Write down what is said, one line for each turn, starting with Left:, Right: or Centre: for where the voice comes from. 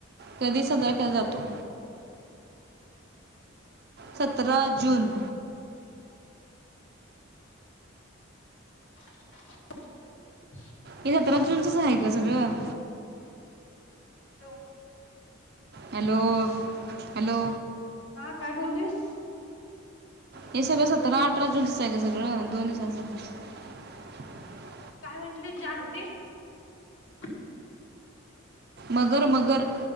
Right: कधी साजरा केला जातो?
Left: <inaudible>
Right: सतरा जून.
Left: <unintelligible>
Right: हे सतरा जून चं आहेय, ग सगळं.
Left: <unintelligible>
Right: Hello hello!
Left: हा काय बोललीस?
Right: हे सगळं सतरा, अठरा जून चं आहे. ग सगळंं. दोन <unintelligible>
Left: काय म्हटले जागतिक?
Right: मगर, मगर,